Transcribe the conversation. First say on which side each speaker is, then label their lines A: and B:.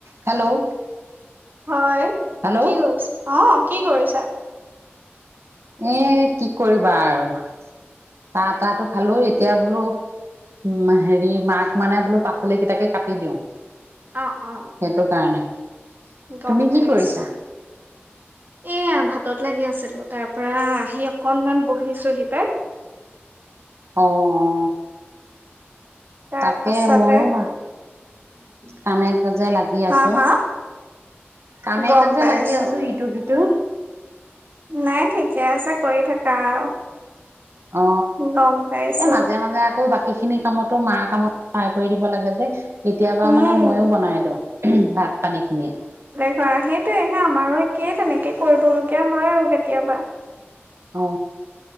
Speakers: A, on the right; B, on the right.
A: হেল্ল'
B: হয়
A: হেল্ল'
B: কি কৰিচ অ কি কৰিছা?
A: এ কি কৰিবা আৰু চাহ তাহটো খালো এতিয়া বোলো উম হেৰি মাক মানে বোলো পাচলি কেইটাকে কাটি দিওঁ। সেইটো
B: অ অ
A: কাৰণে
B: গম
A: তুমি
B: পাই
A: কি কৰিছা
B: আছো এয়া ভাতত লাগি আছিলো। তাৰ পৰা আহি অকনমান বহিছো সি পাই
A: অ অ
B: তাৰ
A: তাকে
B: পাছতে
A: ময়ো বা কামেখ্য লাগি আছো
B: হা হা
A: কামে
B: গম
A: কাজে
B: পাইছো
A: লাগি আছো ইটো সিটো দু
B: নাই ঠিকে আছে কৰি থাকা আৰু
A: অ
B: গম পাইছো
A: এ মাজে মাজে আকৌ বাকী খিনি কামতো মাৰ কামত সহায় কৰি দিব লাগে যে। কেতিয়াবা
B: উম
A: মানে ময়ো বনাই দিওঁ ভাত পানী খিনি।
B: ধৰা সেইটো হে আমাৰো একেই তেনেকে কৰিবলীয়া হয় আৰু কেতিয়াবা।
A: অ